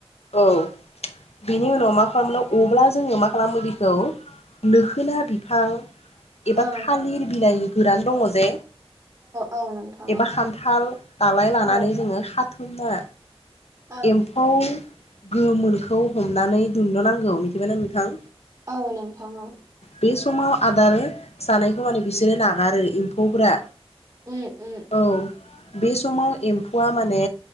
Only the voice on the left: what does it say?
औ बि बेनि उनाव मा खालामो अब्ला जोङो मा खालामो बेखौ लोखोना बिफां एबा
थालिर बिलाहि गोरान दङ जे
एबा खान्थाल दालाय लानानै
जोङो हाथुमना
एम्फौ गोमोनखौ हमनानै दन्द नांगौ मिथिबाय ना नोंथां।
बे समाव आदार जानायखौ माने बिसोरो नागारो एम्फौफोरा
औ बे समाव एम्फौआ माने